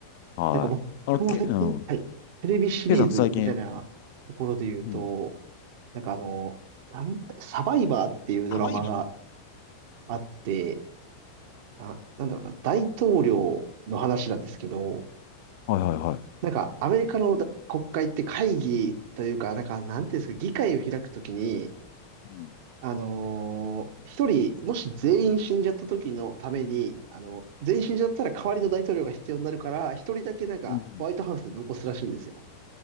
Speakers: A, on the left (about 50°); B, on the right (about 50°).
A: はい。
B: なんか僕も最近、
A: あの、け、うん。
B: はい。テレビシリーズみたいなところで言うと、
A: ケイさん最近、うん。
B: なんかあの、なんだ、サバイバーっていうドラマが
A: 甘いの
B: あって、あ、なんだろうな、大統領の話なんですけど、
A: はいはいはい。
B: なんか、アメリカのだ国会って会議というか、なんか、なんていうんですか、議会を開くときに、
A: うん。
B: あのー一人、もし全員死んじゃった時のために、あの、全員死んじゃったら代わりの大統領が必要になるから、一人だけなんか、
A: うん。
B: ホワイトハウスで残すらしいんですよ。